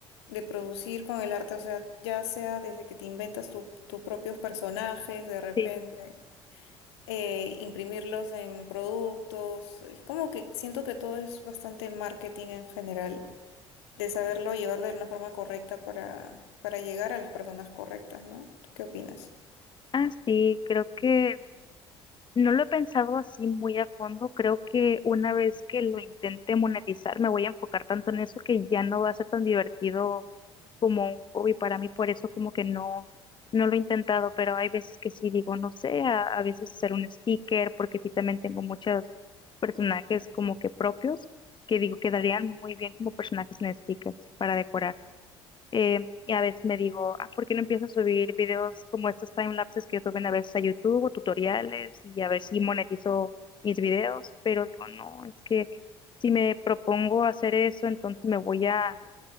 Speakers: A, on the left; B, on the left.
A: de producir con el arte, o sea, ya sea desde que te inventas tu- tus propios personajes de repente,
B: Sí, sí, sí.
A: eh, imprimirlos en productos, es como que siento que todo es bastante marketing en general de saberlo llevar de una forma correcta para, para llegar a las personas correctas, ¿no? ¿Tú qué opinas?
B: Ah, sí, creo que No lo he pensado así muy a fondo. Creo que una vez que lo intente monetizar, me voy a enfocar tanto en eso que ya no va a ser tan divertido como un hobby para mí. Por eso como que no, no lo he intentado, pero hay veces que sí digo, no sé, a, a veces hacer un sticker, porque sí también tengo muchos personajes como que propios, que digo quedarían muy bien como personajes en stickers para decorar. Eh, y a veces me digo, ah, ¿por qué no empiezo a subir videos como estos time lapses que suben a veces a YouTube o tutoriales y a ver si monetizo mis videos? Pero digo, no, es que si me propongo hacer eso, entonces me voy a